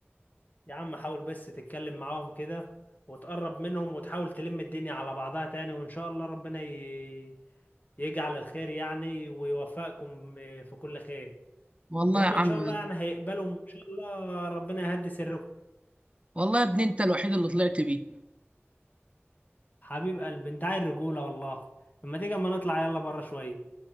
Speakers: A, on the left (about 40°); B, on the right (about 25°).
A: يا عم حاول بس تتكلم معاهم كده وتقرب منهم وتحاول تلم الدنيا على بعضها تاني وإن شاء الله ربنا ي... يجعل الخير يعني ويوفقكم آه، في كل خير
B: والله
A: وهم
B: يا عم
A: إن شاء الله يعني هيقبلوا وإن شاء الله ربنا يهدي سركم
B: والله يا ابني انت الوحيد اللي طلعت بيه
A: حبيب قلبي أنت عايل رجولة والله أما تيجي أما نطلع يلا بره شوية